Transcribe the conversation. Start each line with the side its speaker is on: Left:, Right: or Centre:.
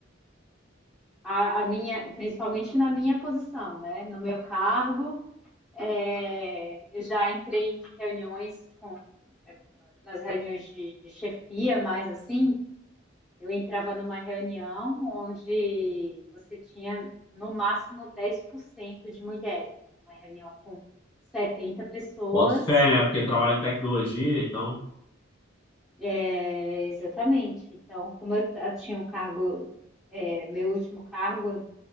Centre: A, a minha, principalmente na minha posição, né? No meu cargo, É, eu já entrei em reuniões com, é, nas reuniões de, de chefia, mas assim, eu entrava numa reunião onde você tinha no máximo 10% de mulheres, né? uma reunião com 70 pessoas,
Left: Boto fé, né? Porque trabalha em tecnologia, então.
Centre: é, exatamente. Então, como eu t- eu tinha um cargo, é, meu último cargo,